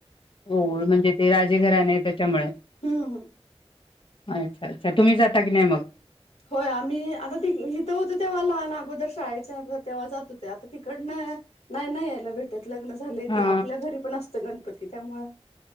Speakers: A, on the left (about 55°); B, on the left (about 70°).
A: हो म्हणजे ते राजे घराणे आहे त्याच्यामुळे
B: हम ह
A: अच्छा अच्छा तुम्ही जाता की नाही मग
B: होय आम्ही आता त इथं होतो तेव्हा लहान अगोदर शाळेच्या अगोदर तेव्हा जात होतो आता तिकडनं नाही नाही यायला भेटत लग्न झालंय
A: हा
B: ती आपल्या घरी पण असतं गणपती त्यामुळं